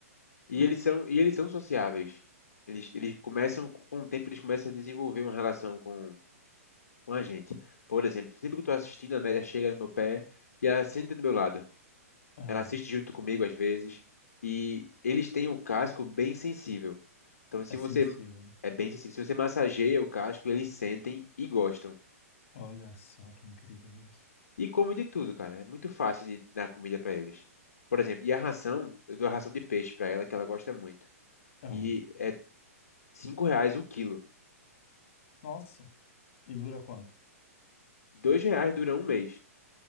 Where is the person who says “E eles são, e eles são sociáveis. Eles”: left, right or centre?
Left